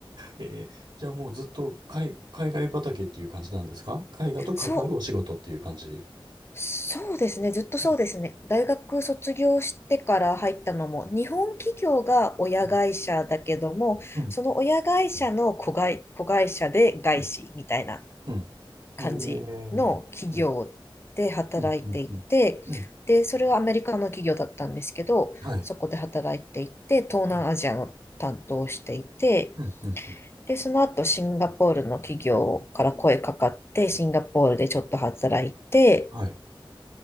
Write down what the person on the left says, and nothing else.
そうそうですね。ずっとそうですね。
大学卒業してから入ったのも、日本企業が親会社だけども、
その親会社の子会、子会社で外資みたいな
感じの企業で働いていて、
で、それはアメリカの企業だったんですけど、
そこで働いていて、東南アジアの担当をしていて、
で、その後シンガポールの企業から声かかって、シンガポールでちょっと働いて、